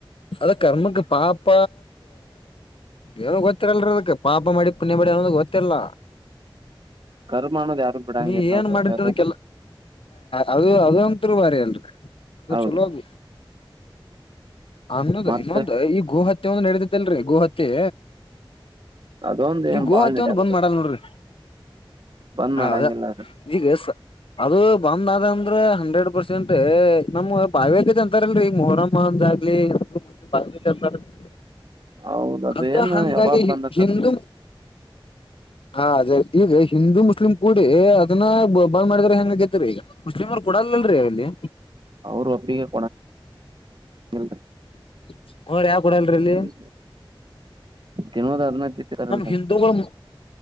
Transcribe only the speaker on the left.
ಅದ ಕರ್ಮಕ್ಕೆ ಪಾಪ ಏನ ಗೊತ್ತರಲ್ರ ಅದಕ್ಕೆ ಪಾಪ ಮಡಿ ಪುಣ್ಯ ಮಾಡನ ಗೊತ್ತ ತ್ತಲ
ನೀ
ಏನ್ ಮಾಡಿದ್ದದಕ್ಕೆಲ್ಲ
ಅದು ಅದಂತರು ಬಾರಿ ಅಲ್ರರಿ ಅದು
ಚಲೋ
ಅದ ಅಮರುದ್
ಇನ್ನೊಂದು ಈ ಗೋ ಹತ್ಯೆ ಮತ್ತೆ ಒಂದು ನಡೆದತ್ತಲ್ರರಿ ಗೋಹತ್ಯೆ
ಈ ಗೋ
ಹತ್ಯೆ
ಒಂದ ಬಂದ್ ಮಾಡಲ್ ನೋಡ್ರಿ
ಹೌದ
ಈಗ ಅದು ಬಂದ್ ಅ ಅಂದ್ರ ಹಂಡ್ರೆಡ್ ಪರ್ಸೆಂಟ್ ನಮ್ ಬಾವೇಕದ ಅಂತಾರಲ್ರಿ ಈ ಮೊಹರಮ್ಮ ಒಂದ ಆಗ್ಲಿ <unintelligible>
ಅದ
ಹಂಗಾಗಿ
ಹಿಂದೂ ಹಾ ಅದ ಈಗ ಹಿಂದೂ ಮುಸ್ಲಿಮ್ ಕೂಡಿ ಅದನ್ನ ಬಂದ್ ಮಾಡಿದ್ರ ಹೆಂಗಗೈತರಿ ಈಗ ಮುಸ್ಲಿಮರ್ ಕೊಡಲ್ಲನ್ರಿ ಅಲ್ಲಿ
<unintelligible> ಕೂಡಲ್ರಿ ಅಲ್ಲಿ
ನಮ ಹಿಂದೂಗಳು